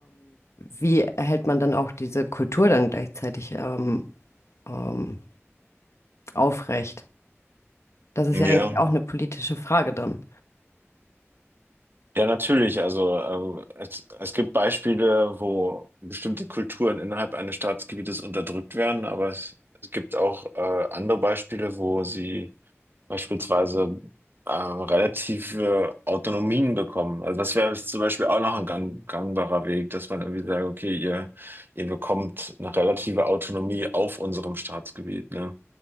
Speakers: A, on the left (about 70°); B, on the right (about 45°).
A: wie erhält man dann auch diese Kultur dann gleichzeitig ähm, ähm, aufrecht? Das ist
B: ja.
A: ja eigentlich auch eine politische Frage dann.
B: Ja, natürlich. Also ähm, es, es gibt Beispiele, wo bestimmte Kulturen innerhalb eines Staatsgebietes unterdrückt werden, aber es, es gibt auch äh, andere Beispiele, wo sie beispielsweise äh, relative Autonomien bekommen. Also das wäre jetzt zum Beispiel auch noch ein gang, gangbarer Weg, dass man irgendwie sagt, okay, ihr, ihr bekommt eine relative Autonomie auf unserem Staatsgebiet, ne?